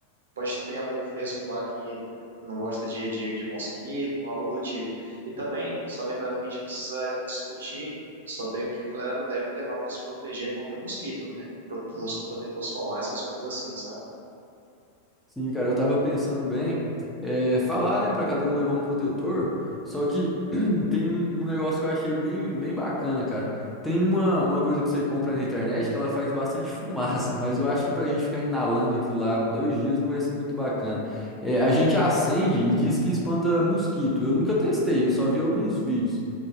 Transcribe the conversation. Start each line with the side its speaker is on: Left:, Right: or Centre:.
Right: Pode ter algum fresco lá que não gosta de, de, de mosquito, algo do tipo. E também, só lembrando que a gente precisa discutir sobre o que a galera deve levar para se proteger contra mosquito, né? Protetor, protetor solar, essas coisas assim, sabe?
Centre: Sim, cara, eu tava pensando bem, é, falar, né, pra cada um levar um protetor, só que <clears throat> tem um um negócio que eu achei bem, bem bacana, cara. Tem uma, uma coisa que você compra na internet que ela faz bastante <laughs> fumaça, mas eu acho que pra gente ficar inalando aquilo lá dois dias não vai ser muito bacana. É, a gente acende e diz que espanta mosquito. Eu nunca testei, eu só vi alguns vídeos.